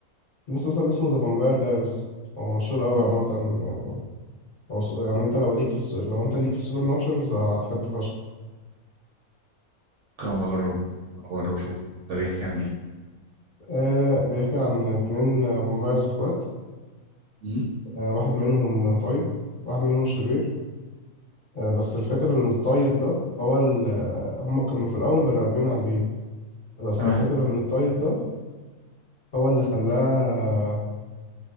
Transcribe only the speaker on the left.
في مسلسل اسمه ذا فامباير دايرس هو مشهور أوي
عامة يعني هو س- يعني انت لو ليك في الس- لو انت ليك في السوبر ناتشرز هتحبه فشخ
آه بيحكي عن اتنين فامبايرز اخوات
آه واحد منهم طيب واحد منهم شرير آه، بس الفكرة إن الطيب ده هو ال... آه، هم كانوا في الأول بني آدمين عاديين بس
الفكرة ان الطيب ده هو اللي خلاه